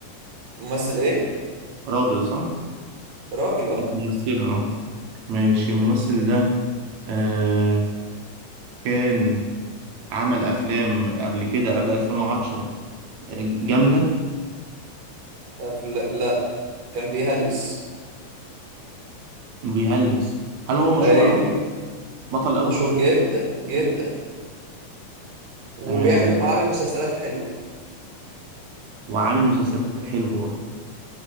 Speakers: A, on the right; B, on the right.
A: ممثل ايه
B: راجل صح؟
A: راجل اه
B: مش ممثلة اه ماشي الممثل ده آه كان عمل أفلام قبل كده قبل 2010 آه، جامدة
A: أفلا... لا كان بيهلس
B: بيهلس هل هو مشهور
A: ايه
B: أوي يعني؟ بطل أول؟
A: مشهور جدا جدا وبيعمل
B: تمام
A: وعامل مسلسلات حلوة
B: وعامل مسلسلات حلوة